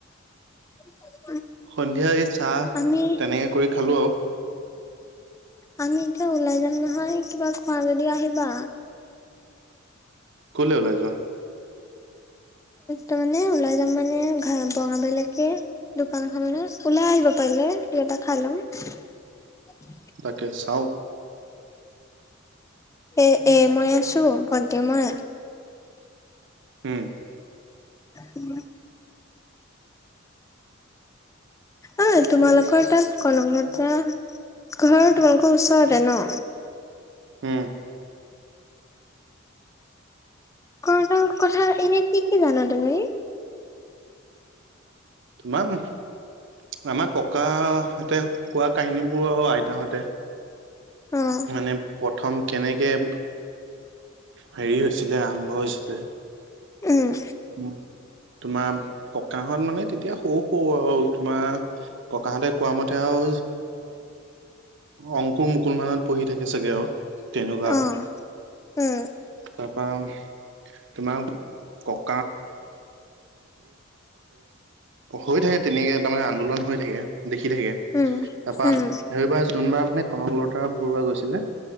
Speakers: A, on the left; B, on the right.
A: <inaudible>
B: সন্ধিয়া এই চাহ,
A: আমি
B: তেনেকে কৰি খালো আৰু।
A: আমি এতিয়া ওলাই যাম নহয়, কিবা খোৱা যদি আহিবা।
B: ক'লে ওলাই যোৱা?
A: তাৰমানে ওলাই যাম মানে ঘাই বঙাবলৈকে দোকান খনলৈ ওলাই আহিবা পাৰিলে, কিবা এটা খাই ল'ম।
B: তাকে চাওঁ
A: এ-এ মই আছো, ভণ্টি মই।
B: হম
A: উম অই, তোমালোকৰ তাত কলংগৰ পৰা ঘৰ তোমালোকৰ ওচৰতে ন?
B: উম
A: কলেজৰ কথা এনে কি-কি জানা তুমি?
B: তোমাম <unintelligible> আমাৰ ককাহঁতে কোৱা কাহিনী বোৰ আৰু আইতাহঁতে
A: অ',
B: মানে প্ৰথম কেনেকে হেৰি হৈ হৈছিলে আৰম্ভ হৈছিলে।
A: উম।
B: উম তোমাৰ ককাহঁত মানে তেতিয়া সৰু সৰু আৰু তোমাৰ। ককাহঁতে কোৱা মতে আৰু অংকুৰ মুকুল মানত। পঢ়ি থাকে চাগে আৰু তেনেকুৱা
A: অ',
B: আৰু
A: উম।
B: তাৰপা। তোমাক ককা। হৈ থাকে তেনেকে তাৰমানে আন্দোলন হৈ থাকে দেখি থাকে।
A: উম,
B: তাৰপৰা
A: উম,
B: সেইবাৰ যোনবাৰ। নে কনকলতা বৰুৱা গৈছিলে